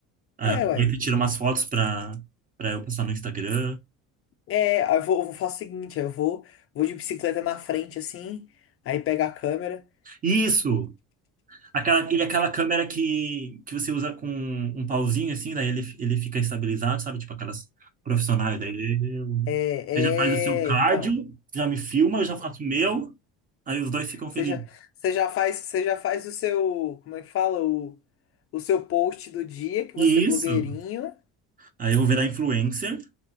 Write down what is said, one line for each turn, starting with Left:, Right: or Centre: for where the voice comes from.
Right: Aí
Left: é,
Right: aproveita
Left: uai.
Right: e tira umas fotos pra, pra eu postar no Instagram.
Left: É, eu vou, eu faço o seguinte, eu vou, vou de bicicleta na frente, assim, aí pega a câmera.
Right: Isso! Aquela, e aquela câmera que, que você usa com um pauzinho, assim, daí ele, ele fica estabilizado, sabe? Tipo aquelas profissionais. Daí eu-
Left: É,
Right: você já
Left: é,
Right: faz o seu cardio,
Left: então.
Right: já me filma, eu já
Left: Uhum.
Right: faço o meu. Aí os dois ficam
Left: Você
Right: felizes.
Left: já, você já faz, você já faz o seu, como é que fala? O, o seu post do dia, que
Right: Isso!
Left: você é blogueirinho.
Right: Aí eu vou virar influencer